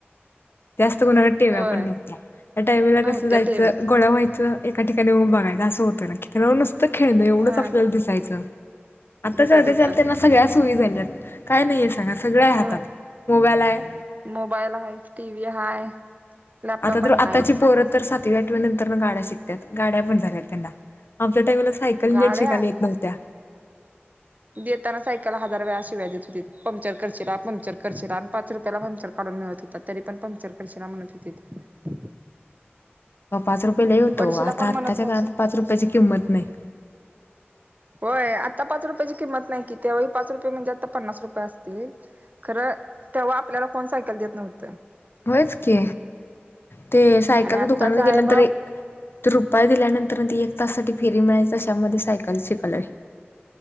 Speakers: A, on the left (about 65°); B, on the right (about 40°).
A: जास्त कोणाकडं टिव्या
B: होय
A: पण नव्हत्या त्या टाइमाला
B: नव्हत्या
A: कसं जायचं
B: टेव्ह्या
A: गोळ्या व्हायचं एका ठिकाणी उभा पहिल असं होतं ना कि ते लाऊनस. त खेळणं एवढंच
B: हा
A: आप यायचं. आता
B: दिसत
A: चालते
B: होतं
A: चालते ना सगळ्यास. सोयी झाल्यात काय नाहीये सांगा सगळं आहे
B: होय
A: हातात मोबाईल आहे
B: मोबाईल हाय टी व्ही हाय लॅपटॉप
A: आता
B: आणि
A: तर आताची
B: हायच
A: पोरं तर सात ती एटवे नंतर म गाड्या शिकत्यात गाड्या पण झाल्यात त्यांना आम धड त्या वेळला सायकल
B: गाड्या
A: निट शिकायला येत नव्हत्या.
B: देताना सायकल हजार वेळा शिव्या देत होतीत पंक्चर करशिला पंक्चर करशिला आणि पाच रुपयाला पंक्चर काढून मिळत होतं तरी पण पंक्चर करशिला म्हणत होतीत
A: पाच रुपये लई होत
B: पडशीला
A: व्हं आता
B: कोण म्हणत
A: आत्ताच्या
B: नव्हतं
A: काळात पाच रुपयाची किंमत नाही
B: होय आता पाच रुपया ची किंमत नाही की त्या वेळी पाच रुपये म्हणजे आता पन्नास रुपये असतील खरं तेव्हा आपल्याला कोण सायकल देत नव्हतीत
A: होयच की ते सायकलच्या
B: आणि आत्ताचा
A: दुकानात
B: आहे
A: गेल्यानंतर
B: बाप
A: तो रुपाया दिल्यानंतर ती एक तासासाठी फेरी मिळायची अशामध्ये सायकल शिकलोय